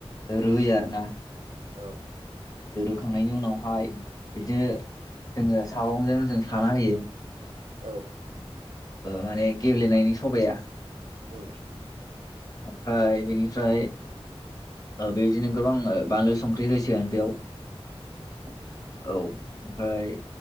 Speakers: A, on the left (about 35°); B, on the right (about 60°).
A: रुयो आरो ना
B: औ
A: होखांनायनि उनाव माय बिदिनो जोङो सावंजों जों साना होयो
B: औ
A: माने गबेलेनायनि सबाया
B: उम
A: ओमफ्राय बेनिफ्राय बेबायदिनो गोबां बानलु संख्रि होसिगोन बेयाव औ ओमफ्राय